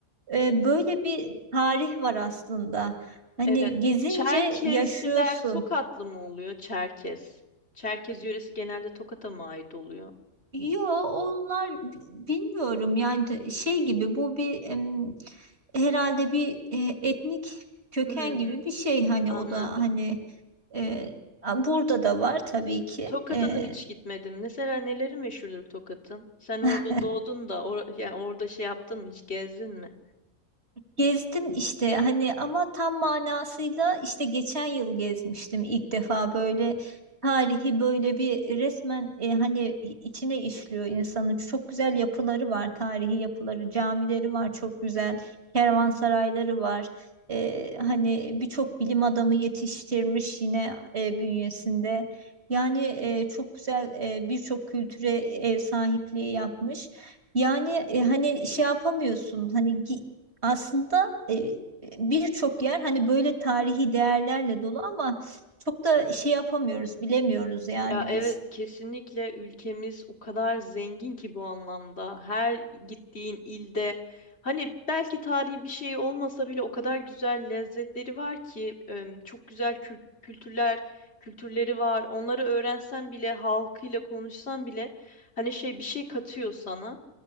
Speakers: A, on the right; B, on the left.
A: e, böyle bir tarih var aslında. Hani
B: Evet.
A: gezince
B: Çerkezliler
A: yaşıyorsun.
B: Tokatlı mı oluyor? Çerkez. Çerkez yöresi genelde Tokat'a mı ait oluyor?
A: Yo onlar b- bilmiyorum yani de- şey gibi bu bir em, herhalde bir e, etnik köken
B: Hmm,
A: gibi bir şey hani
B: anladım.
A: o da hani e, a- burada da var tabii ki.
B: Tokat'a
A: E,
B: da hiç gitmedim. Mesela neleri meşhurdur Tokat'ın? Sen orada
A: <laughs>
B: doğdun da or yani orada şey yaptın mı? Hiç gezdin mi?
A: Gezdim işte hani ama tam manasıyla işte geçen yıl gezmiştim ilk defa böyle tarihi böyle bir resmen e, hani içine işliyor insanı. Çok güzel yapıları var, tarihi yapıları, camileri var çok güzel, kervansarayları var. E, hani birçok bilim adamı yetiştirmiş yine e, bünyesinde. Yani e, çok güzel e, birçok kültüre ev sahipliği yapmış. Yani e, hani şey yapamıyorsun hani gi- aslında e, birçok yer hani böyle tarihi değerlerle dolu ama çok da şey yapamıyoruz, bilemiyoruz yani
B: Ya evet
A: biz.
B: kesinlikle ülkemiz o kadar zengin ki bu anlamda. Her gittiğin ilde hani belki tarihi bir şey olmasa bile o kadar güzel lezzetleri var ki em, çok güzel kül- kültürler kültürleri var. Onları öğrensen bile halkıyla konuşsan bile hani şey bir şey katıyor sana.